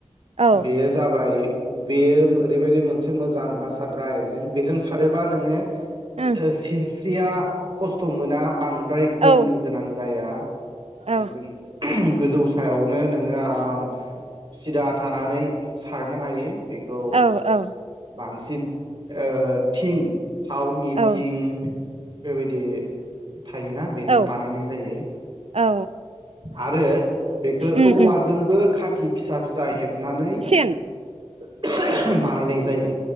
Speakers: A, on the right; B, on the right.
A: औ
B: बेयो जाबाय बेयो ओरैबायदि मोनसे मोजां ना सारग्रा आयजें बेजों सारोबा नोङो
A: ओं
B: ओ सिनस स्रिया खस्थ' मोना बां द्राय
A: औ
B: गंनो गोनां जाया
A: औ
B: जों गोजौ सायाव नो नोङो आराम सिदा थानानै सारनो हायो। बेखौ
A: औ औ
B: बांसिन ओ थिं थावनि
A: औ
B: थिं बे बायदि थायोना बेजों
A: औ
B: बानायनाय जायो,
A: औ
B: आरो बेखौ
A: उम
B: औवाजोंबो
A: उम
B: खा थि फिसा फिसा हेब नानै
A: सेन
B: <unintelligible> बानायनाय जायो।